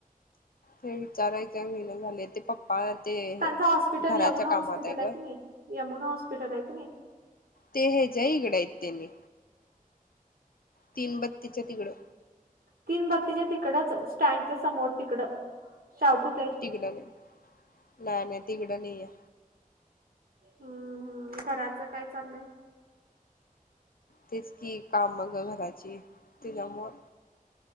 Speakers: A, on the left; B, on the right.
A: ते विचारायचं काय होईन झालय ते पंप, पा ते, हे
B: त्यांच हॉस्पिटल
A: घराच्या
B: यमुना
A: कामात
B: हॉस्पिटल आहे
A: ग
B: क नाही यमुना हॉस्पिटल आहे क नाही.
A: ते ह्याच्या इकडं आहेत त्यनी तीन बत्तीच्या तिकडं
B: तीन बत्तीच्या तिकडच स्टँडच्या समोर तिकड शाहपुत
A: तिघड नाही नाही नाही तिघड नाही आहे.
B: हम्म हम्म घराचं काय चाललंय?
A: तेच कि काम मग घराची त्याच्यामु